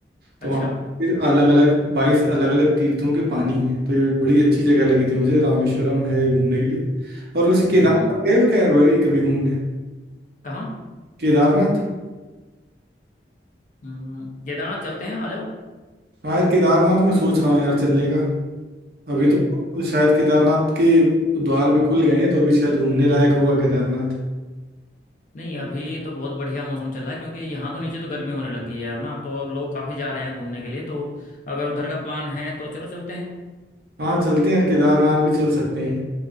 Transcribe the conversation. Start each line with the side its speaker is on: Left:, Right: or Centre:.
Right: तो
Left: अच्छा
Right: वहाँ फिर अलग अलग बाईस अलग अलग तीर्थों के पानी है तो ये बड़ी अच्छी जगह लगी थी मुझे रामेश्वरम है घूमने के लिए और वैसे केदारनाथ
Left: हम्म
Right: गए हो क्या यार भाई कभी घूमने
Left: कहाँ
Right: केदारनाथ
Left: हम्म केदारनाथ चलते हैं आ जाओ
Right: हाँ यार केदारनाथ मैं सोच रहा हूँ यार चलने का अभी
Left: हम्म
Right: तो शायद केदारनाथ के द्वार भी खुल गए हैं तो अभी शायद घूमने लायक होगा केदारनाथ
Left: नहीं अभी तो बहुत बढ़िया मौसम चल रहा है क्योंकि यहाँ तो नीचे तो गर्मी होने लगी है अब ना तो अब लोग काफी जा रहे हैं घूमने के लिए तो अगर उधर का प्लान है तो चलो चलते हैं
Right: हाँ चलते हैं यार केदारनाथ भी चल सकते हैं